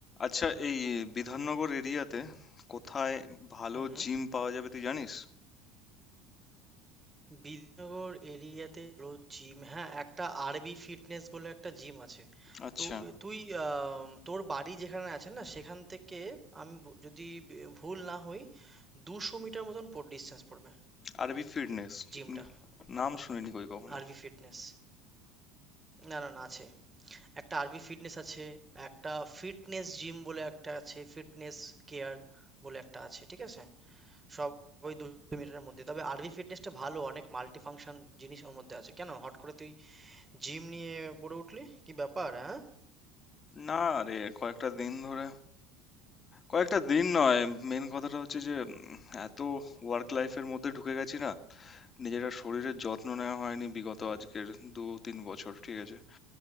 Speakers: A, on the left; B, on the right.
A: আচ্ছা এই বিধাননগর এরিয়াতে কোথায় ভালো
B: হুম, হুম।
A: জিম পাওয়া যাবে তুই জানিস
B: বিদ্যানগর এরিয়াতে রোজ জিম হ্যাঁ, একটা আরবি ফিটনেস বলে একটা জিম আছে।
A: আচ্ছা
B: তো এ তুই আম তোর বাড়ি যেখানে আছে না সেখান থেকে আমি ব যদি বে ভুল না হই ২০০ মিটার মতন পর ডিসটেন্স পড়বে
A: আরবি ফিটনেস
B: জিমটা।
A: নাম শুনিনি কই কখনো
B: আরবি ফিটনেস। না, না, না আছে। একটা আরবি ফিটনেস আছে, একটা ফিটনেস জিম বলে একটা আছে, ফিটনেস কেয়ার বলে একটা আছে। ঠিক আছে? সবই দু মিটারের মধ্যে তবে আরভি ফিটনেসটা ভালো অনেক মাল্টি ফাংশন জিনিস ওর মধ্যে আছে কেন হট করে তুই জিম নিয়ে পড়ে উঠলি কি ব্যাপার হ্যাঁ
A: না রে কয়েকটা দিন ধরে কয়েকটা দিন নয় মেন কথাটা হচ্ছে যে উম, এত ওয়ার্ক লাইফের মধ্যে ঢুকে গেছি না নিজেরা শরীরের যত্ন নেওয়া হয়নি বিগত আজকের দু তিন বছর ঠিক আছে